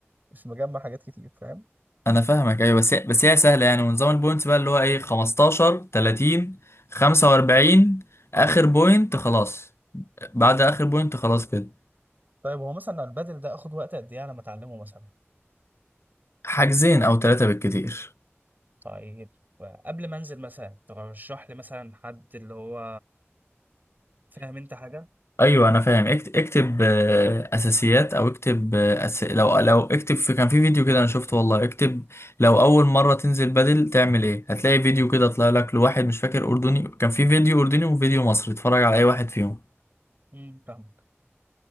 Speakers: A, on the right (about 40°); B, on the left (about 65°).
A: مش مجمع حاجات كتير فاهم؟
B: انا فاهمك ايوه بس بس هي سهله يعني ونظام البوينتس بقى اللي هو ايه 15 30 45 اخر بوينت خلاص بعد اخر بوينت خلاص كده
A: طيب هو مثلا البدل ده آخد وقت قد إيه على ما أتعلمه مثلا؟
B: حاجزين او ثلاثه بالكتير
A: طيب قبل ما انزل مثلا ترشح لي مثلا حد اللي هو فاهم انت حاجه
B: ايوه انا فاهم اكت- اكتب آه، اساسيات او اكتب آه، أس... لو لو اكتب في كان في فيديو كده انا شفته والله اكتب لو اول مره تنزل بدل تعمل ايه هتلاقي فيديو كده طلع لك لواحد مش فاكر اردني كان في فيديو اردني وفيديو مصري اتفرج على اي واحد فيهم
A: امم فاهمك